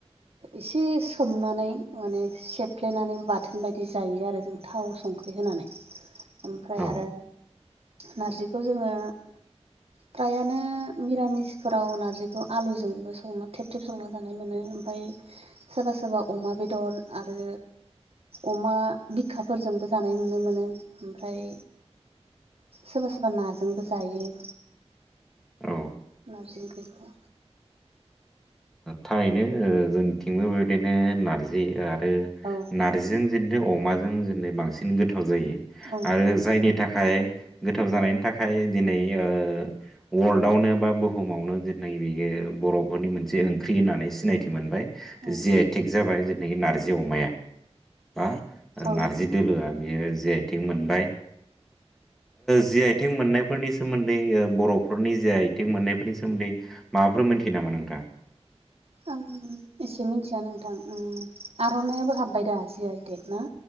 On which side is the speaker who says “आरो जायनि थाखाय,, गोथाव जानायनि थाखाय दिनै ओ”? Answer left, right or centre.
Centre